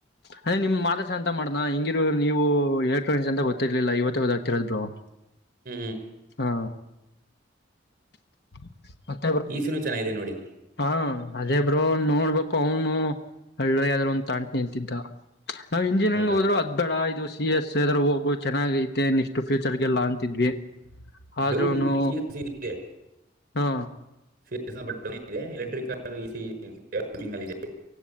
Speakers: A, on the left (about 60°); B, on the right (about 50°).
A: ಅದೇ ನಿಮ್ ಮಾದಸ ಅಂತ ಮಾಡನಾ ಹಿಂಗಿರು ನೀವು ಎಲೆಕ್ಟ್ರಾನಿಕ್ಸ್ ಅಂತ ಗೊತ್ತಿರ್ಲಿಲ್ಲ ಇವತ್ತೆ ಗೂತ್ತಾಗ್ತ ಇರೋದು ಬ್ರೊ. <inaudible>
B: ಹ್ಮ
A: ಹಾ <unintelligible>
B: ಈಸಿನು ಚೆನ್ನಾಗಿದೆ ನೋಡಿ.
A: ಹಾ ಅದೇ ಬ್ರೋ ನೋಡ್ಬೇಕು ಅವ್ನು ಏಳ್ದಾಗ್ ಯಾವ್ದಾದ್ರು ಒಂದ್ ತಗಂತೀನಿ ಅಂತಿದ. ನಾವ್ ಇಂಜಿನಿಯರಿಂಗ್
B: ಹೌದಾ
A: ಹೋದ್ರು ಅದ್ ಬೇಡ ಇದು ಸಿ ಎಸ್ ಎದಾದ್ರು ಹೋಗು ಚೆನ್ನಾಗ್ ಐತೆ ನೆಷ್ಟು ಫ್ಯೂಚರ್ಗೆಲ್ಲ ಅಂತಿದ್ವಿ. ಆದ್ರೂನು
B: ಡೌಟ್ ಸಿ ಎಸ್ ಇದೆ
A: ಹಾ.
B: <unintelligible> ಇದೆ ಎಲೆಕ್ಟ್ರಿಕಲ್ ಈ ಸಿ <unintelligible> ಇದೆ.